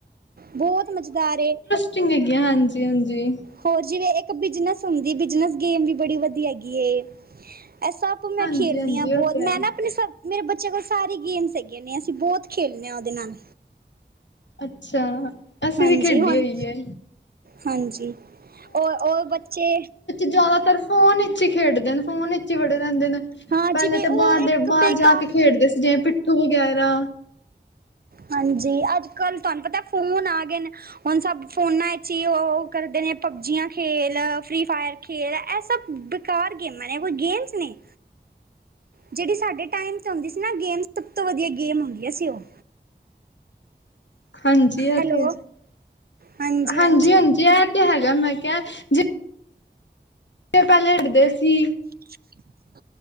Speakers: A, on the right (about 55°); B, on the left (about 80°).
A: ਬੋਤ ਮਜਦਾਰ ਏ
B: ਚੰਗੀ ਹੈਗੀ ਆਂ ਹਾਂਜੀ- ਹਾਂਜੀ।
A: ਹੋਰ ਜਿਵੇ ਏਕ ਬਿਜ਼ਨਸ ਹੁੰਦੀ ਬਿਜ਼ਨਸ ਗੇਮ ਵੀ ਬੜੀ ਵਧੀ ਹੈਗੀ ਐ ਇਹ ਸਭ ਤੂੰ ਮੈਂ
B: ਹਾਂਜੀ-ਹਾਂਜੀ
A: ਖੇਲਨੀ ਆ
B: ਉਹ
A: ਬੋਤ
B: ਤੇ ਹੈ
A: ਮੈਂ ਨਾ ਅਪਨੇ ਸਭ ਮੇਰੇ ਬੱਚੇਆਂ ਕੋਲ ਸਾਰੀ ਗੇਮਸ ਹੈਗੀਆ ਨੇ ਅਸੀਂ ਬੋਤ ਖੇਲਨੇ ਆ ਉਹਦੇ ਨਾਲ
B: ਅੱਛਾ ਅਸੀਂ
A: ਹਾਂਜੀ
B: ਵੀ ਖੇਡੀ
A: ਹੁਣ
B: ਹੋਈ ਹੈ।
A: ਹਾਂਜੀ ਉਹ ਉਹ ਬੱਚੇ
B: ਜੈਦਾਤਰ ਫੋਨ ਇਚ ਈ ਖੇਡਦੇ ਨੇ ਫੋਨ ਇਚ ਈ ਵੜੇ ਰਹਿੰਦੇ ਨੇ
A: ਹਾਂ
B: ਪਹਿਲੇ
A: ਜਿਵੇਂ
B: ਤੇ
A: ਉਹ
B: ਬਾਹਰ
A: ਇੱਕ
B: ਦੇ ਬਾਹਰ
A: ਬੇਕਾਰ
B: ਜਾ ਕੇ ਖੇਡਦੇ ਸੀ ਜਿਵੇਂ ਪਿੱਠੂ ਵਗੈਰਾ
A: ਹਾਂਜੀ ਅੱਜ ਕੱਲ ਤੁਹਾਂਨੂੰ ਪਤਾ ਫੋਨ ਆ ਗਏ ਨੇ ਹੁਨ ਸਭ ਫੋਨਾਂ ਇਚ ਹੀ ਉਹ ਕਰਦੇ ਨੇ ਪਬਜੀਆਂ ਖੇਲ ਫ੍ਰੀ ਫਾਇਰ ਖੇਡ ਇਹ ਸਭ ਬੇਕਾਰ ਗੇਮਾਂ ਨੇ ਕੋਈ ਗੇਮਸ ਨੇ ਜਿਹੜੀ ਸਾਡੇ ਟਾਈਮ ਤੇ ਹੁੰਦੀ ਸੀ ਨਾ ਗੇਮ ਸਭ ਤੋਂ ਵਧੀਆ ਗੇਮ ਹੁੰਦੀਆ ਸੀ ਉਹ
B: ਹਾਂਜੀ, ਇਹ
A: ਹੈਲੋ
B: ਤੇ ਹੈ।
A: ਹਾਂਜੀ
B: ਹਾਂਜੀ-ਹਾਂਜੀ,
A: ਹਾਂਜੀ
B: ਇਹ ਤੇ ਹੈਗਾ। ਮੈਂ ਕੇਆ ਜੇ ਇਹ ਪਹਿਲੇ <unintelligible> ਸੀ।
A: <inaudible>